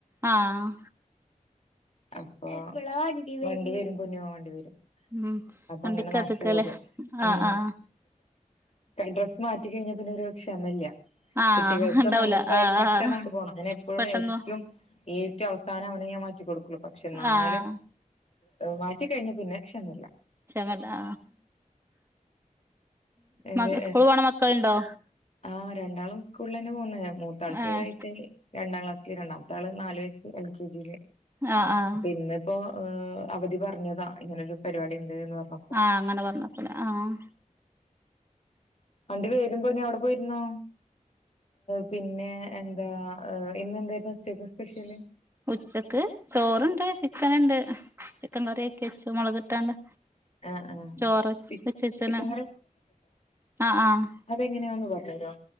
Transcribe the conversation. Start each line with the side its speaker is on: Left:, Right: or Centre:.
Right: ആഹ്
Left: അപ്പ വണ്ടി വരും പൊന്നോ വണ്ടി വരും
Right: ഉം
Left: അപ്പൊ
Right: വണ്ടിക്കകത്ത്ക്കല്ലേ
Left: അങ്ങനെ നാശകൊത് ഉ
Right: ആഹ് ആഹ്
Left: ഡ്രസ്സ് മാറ്റി കഴിഞ്ഞ പിന്നെഒരു ക്ഷമല്ല.
Right: ആഹ്
Left: കുട്ടികൾക്കും
Right: ഉണ്ടാവൂല
Left: നമുക്കായാലും
Right: ആഹ്
Left: പെട്ടെന്നാണ്ട്
Right: ആഹ്
Left: പോണം അങ്ങെ എപ്പോഴും
Right: പെട്ടെന്ന്
Left: ഏറ്റും ഏറ്റവും അവസാനം അവനെ ഞാൻ മാറ്റി കൊടുക്കുള്ളൂ. പക്ഷെ എന്നാലും
Right: ആഹ്
Left: മാറ്റി കഴിഞ്ഞ പിന്നെ ക്ഷമല്ല.
Right: ക്ഷമല്ലാ
Left: എന്ത്
Right: ആ സ്കൂൾ പോണ മക്കൾളുണ്ടോ?
Left: ആഹ് രണ്ടാളും സ്കൂളിൽ തന്നെ പോവുന്ന മൂത്താൾക്ക്
Right: ഏഹ്
Left: ഏഴു വയസ്സായി. രണ്ടാം ക്ലാസില് രണ്ടാമത്തെ ആള് നാലു വയസ് എൽ കെ ജി ൽ
Right: ആഹ് ആഹ്
Left: പിന്നെ ഇപ്പോ അവധി പറഞ്ഞതാ ഇങ്ങനെരു പരിപാടി ഉണ്ട്ന്ന് പറഞ്ഞപ്പോ.
Right: ആഹ് അങ്ങനെ പറഞ്ഞപ്പലെ ആഹ്
Left: വണ്ടി വേരും പൊന്നോ അവിടെ പോയിരുന്നോ. പിന്നെ എന്താ ഇന്ന്ന്തായിരുന്നു ഉച്ചേക്ക് സ്പെഷ്യൽ.
Right: ഉച്ചക്ക് ചോറണ്ട്, ചിക്കന്ണ്ട്, ചിക്കൻ കറിയാക്കി വെച്ചു. മുള്ക് ട്ടാണ്ട്
Left: ആഹ് ആഹ്
Right: ചോറ്
Left: ചി
Right: വെച്ച്ച്ച്ണ്‌
Left: ചിക്കൻ
Right: ആ ഹ്ആഹ്.
Left: അതെങ്ങനെയാ പറഞ്ഞു തരോ.